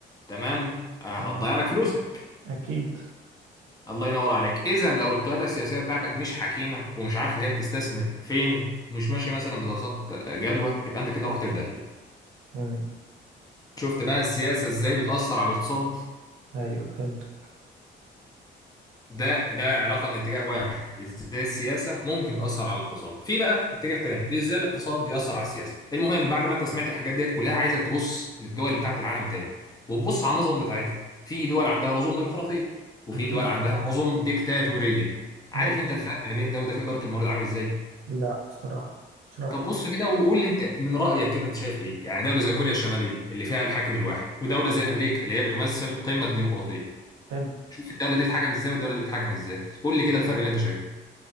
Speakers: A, on the left; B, on the right.
A: تمام آه،
B: تمام
A: هتضيع لك فلوسك
B: أكيد
A: الله ينور عليك إذا لو القيادة السياسية بتاعتك مش حكيمة ومش عارفة هي بتستثمر فين ومش ماشية مثلا بدراسات آه، جدوى يبقى أنت كده رحت في داهية
B: مم.
A: شفت بقى السياسة إزاي بتأثر على الاقتصاد
B: أيوه فهمتك
A: ده ده علاقه من اتجاه واحد ازاي السياسه ممكن تاثر على الاقتصاد في بقى اتجاه تاني ازاي الاقتصاد بيأثر على السياسه المهم بعد ما انت سمعت الحاجات ديت كلها عايزك تبص للدول بتاعه العالم تاني وتبص
B: مم.
A: على النظم بتاعتها في دول عندها نظم ديمقراطيه وفي
B: أكيد
A: دول عندها نظم ديكتاتوريه عارف
B: ماشي
A: انت الفرق ما بين ده وده في اداره الموارد عامل ازاي
B: لا الصراحة اشرح
A: طب
B: لي
A: بص كده وقول لي انت من رايك كده انت شايف ايه يعني دوله زي كوريا الشماليه اللي فيها الحاكم الواحد ودوله زي امريكا اللي هي بتمثل قمه الديمقراطيه
B: حلو
A: شوف الدوله دي بتتحكم ازاي والدوله دي بتتحكم ازاي قول لي كده الفرق اللي انت شايفه